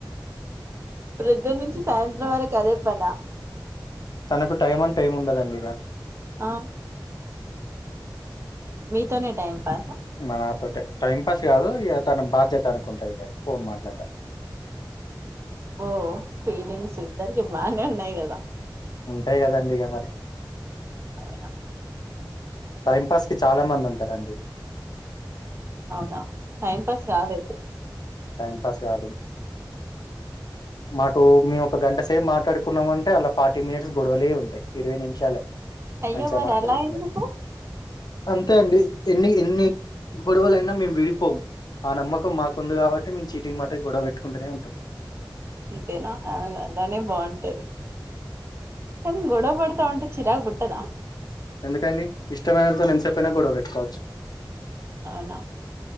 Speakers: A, on the right (about 30°); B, on the left (about 55°).
A: ప్రొద్దన్నుంచి సాయంత్రం వరకు అదే పనా?
B: తనకు టైం అంటె ఏం ఉండదండిగ
A: ఆ మీతోనే టైమ్ పాసా
B: మ నాతోటె టైం పాస్ గాదు ఇగ తన బాధ్యత అనుకుంటదిగది ఫోన్ మాట్లాడ్డమ్
A: బో ఫీలింగ్స్ ఇద్దరికి బానే ఉన్నాయి గదా
B: ఉంటయి గదండిగ మరి
A: అవునా
B: టైం పాస్ కి చాలా మందుంటరండి
A: అవునా, టైమ్ పాస్ గాదైతే
B: టైం పాస్ గాదు, మాకు మేము ఒక గంట సేపు మాట్లాడుకున్నమంటే అల్ల ఫార్టీ మినిట్స్ గొడవలే ఉంటయి, ఇరవై నిమిషాలే.
A: అయ్యో
B: మంచిగ
A: మరి
B: మాట్లాడుకునేది.
A: అలా ఎందుకు
B: అంతే అండి ఎన్ని ఎన్ని గొడవలైనా మేము విడిపోము. ఆ నమ్మకం మాకుంది గాబట్టి మేం చీటికి మాటికి గొడవ బెట్టుకుంటనే ఉంటం
A: అంతేనా ఆ అలానే బావుంటది కనీ గొడవ బడతావుంటే చిరాకుబుట్టదా?
B: ఎందుకండి? ఇష్టమైనోళ్ళతోని ఎంతసేపైనా గొడవ బెట్టుకోవచ్చు.
A: అవునా,